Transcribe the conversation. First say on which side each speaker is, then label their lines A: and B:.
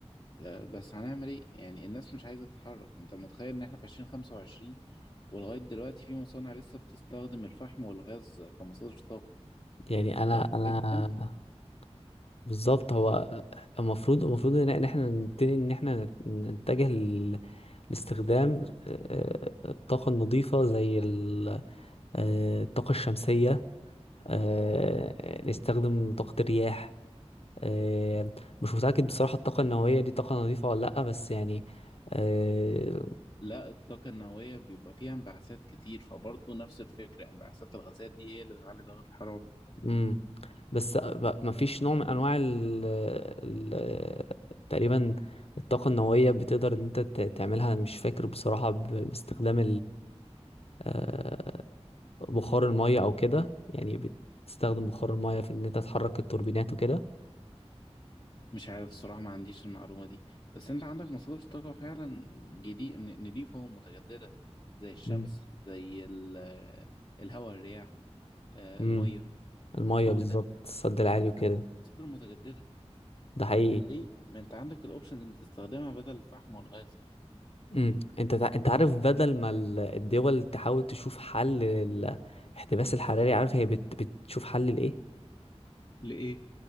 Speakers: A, on the left (about 35°); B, on the left (about 60°).
A: لا، بس هنعمل ايه يعني الناس مش عايزه تتحرك انت متخيل ان احنا في 2025 ولغايه دلوقتي في مصانع لسه بتستخدم الفحم والغاز كمصادر طاقه
B: يعني أنا
A: طيب
B: أنا
A: لغاية امتى؟
B: بالظبط هو المفروض المفروض ان إن احنا نبتدي ان احنا نت- نتجه لل- لاستخدام آه، الطاقة النظيفة زي ال- آه، الطاقة الشمسية آه، نستخدم طاقة الرياح آه، مش متأكد بصراحة الطاقة النووية دي طاقة نظيفة ولا لأ بس يعني آه،
A: لا الطاقة النووية بيبقى فيها انبعاثات كتير فبرضه نفس الفكرة انبعاثات الغازات دي هي اللي بتعلي ضغط الحرارة
B: مم. بس ب- مفيش نوع من أنواع ال ال- تقريبا الطاقة النووية بتقدر إن أنت ت- تعملها مش فاكر بصراحة ب- باستخدام آه، بخار المية او كده يعني بتستخدم بخار المية في ان انت تحرك التوربينات وكده
A: مش عارف الصراحة ما عنديش المعلومة دي بس انت عندك مصادر طاقة فعلا جديد نضيفة ومتجددة زي الشمس
B: مم.
A: زي ال- الهواء الرياح آه،
B: مم.
A: المية
B: المية
A: كل
B: بالظبط
A: ده
B: السد العالي
A: كل
B: وكده
A: ده مصادر متجددة
B: ده حقيقي
A: ليه ما انت عندك الاوبشنز اللي بتستخدمها بدل الفحم والغاز
B: مم. انت تع- انت عارف بدل ما ال- الدول تحاول تشوف حل الاحتباس الحراري عارف هي بت... بتشوف حل لايه
A: لإيه